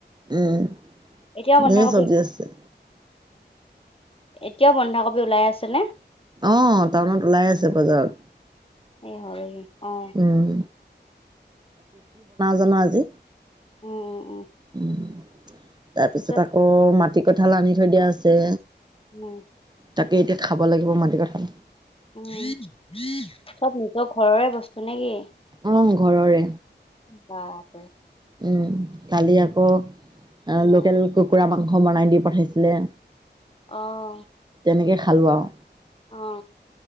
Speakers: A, on the right (about 25°); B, on the left (about 30°).
A: উম
B: এতিয়াও বন্ধাকবি
A: ধেৰ চব্জি আছে।
B: এতিয়াও বন্ধাকবি ওলাই আছে নে?
A: অ টাউনত ওলাই আছে বজাৰত।
B: হে হৰি অ।
A: উম, জনা আজি।
B: উ অ।
A: উ তাৰপিছত
B: পঁচিছ
A: আকৌ মাটি কঁঠাল আনি থৈ দিয়া আছে।
B: ন।
A: তাকে এতিয়া খাব লাগিব মাটিকঁঠাল।
B: উ চব নিজৰ ঘৰৰে বস্তু নে কি?
A: আহ ঘৰৰে।
B: বাপৰে
A: উম কালি আকৌ
B: অ
A: লোকেল কুকুৰা মাংস বনাই দি পঠাইছিলে।
B: অহ
A: তেনেকৈ খালোঁ আৰু
B: অ